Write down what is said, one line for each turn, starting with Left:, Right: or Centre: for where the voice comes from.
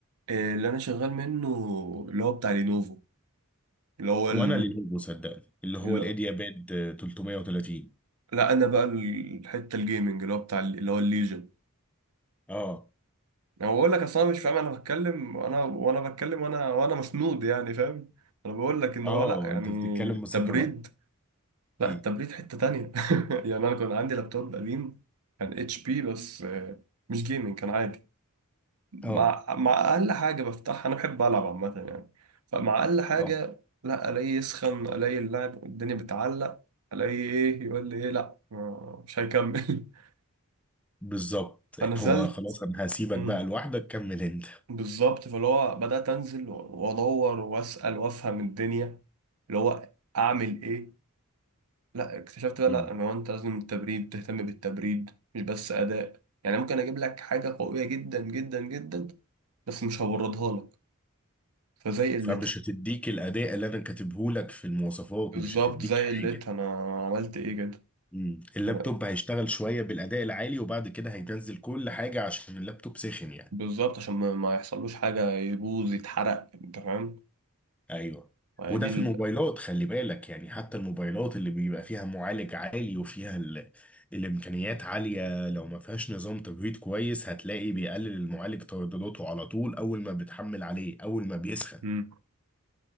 Right: إيه اللي انا شغال منه اللي هو بتاع لينوفو اللي هو ال...
Centre: هو انا لينوفو صدقني اللي هو
Right: اللي...
Centre: الايديا باد آه، 330
Right: لا انا بقى الحتة الجيمنج اللي هو بتاع ال- اللي هو الليجن
Centre: اه
Right: انا بقول لك اصلا مش فاهم انا بتكلم وانا وانا بتكلم وانا وانا مسنود يعني فاهم انا بقول لك ان
Centre: اه
Right: هو لا يعني
Centre: انت بتتكلم بثقه
Right: تبريد
Centre: بقى
Right: لا
Centre: امم
Right: التبريد حتة تانية <laughs> يعني أنا كان عندي لابتوب قديم كان اتش بي بس آه، مش جيمنج كان عادي مع
Centre: اه
Right: مع أقل حاجة بفتحها أنا بحب ألعب عامة يعني فمع أقل حاجة
Centre: اه
Right: لا ألاقي يسخن ألاقي اللعب الدنيا بتعلق ألاقي إيه يقول لي إيه لا آه، مش هيكمل <laughs>
Centre: بالظبط
Right: فنزلت
Centre: هو خلاص انا هسيبك
Right: مم،
Centre: بقى لوحدك كمل انت
Right: بالظبط فاللي هو بدأت أنزل وأدور وأسأل وأفهم الدنيا اللي هو أعمل إيه لا اكتشفت بقى
Centre: مم.
Right: لا ان هو انت لازم التبريد تهتم بالتبريد مش بس اداء يعني ممكن اجيب لك حاجه قويه جدا جدا جدا بس مش هوردها لك فزي قلتها
Centre: فمش هتديك الاداء اللي انا كاتبه لك في المواصفات
Right: بالظبط
Centre: مش هتديك
Right: زي
Centre: حاجه
Right: قلتها انا عملت ايه كده
Centre: مم. اللابتوب
Right: انا
Centre: هيشتغل شويه بالاداء العالي وبعد كده هينزل كل حاجه عشان اللابتوب سخن يعني
Right: بالظبط عشان ما ما يحصلوش حاجه يبوظ يتحرق انت فاهم
Centre: ايوه
Right: يعني
Centre: وده
Right: دي
Centre: في
Right: ال...
Centre: الموبايلات خلي بالك يعني حتى الموبايلات اللي بيبقى فيها معالج عالي وفيها ال... الامكانيات عاليه لو ما فيهاش نظام تبريد كويس هتلاقي بيقلل المعالج تردداته على طول اول ما بتحمل عليه اول ما بيسخن
Right: مم.